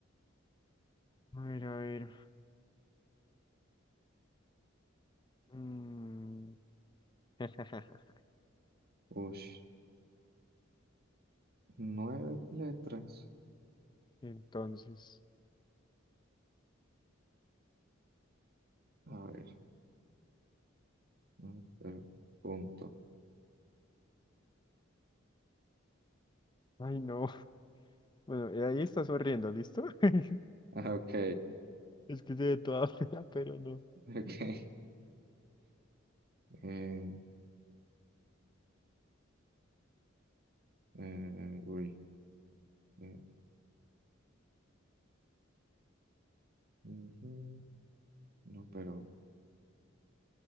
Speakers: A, on the left; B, on the right.
A: A ver, a ver. Mm. <laughs>
B: Ush, nueve letras.
A: Entonces.
B: A ver, no, pero punto.
A: Ay, no. Bueno, y ahí está sonriendo, ¿listo? <laughs>
B: <laughs> Ah, ok,
A: Es que se ve toda <laughs> fea, pero no.
B: ok. Eh, eh, uy. eh, ujú. No, pero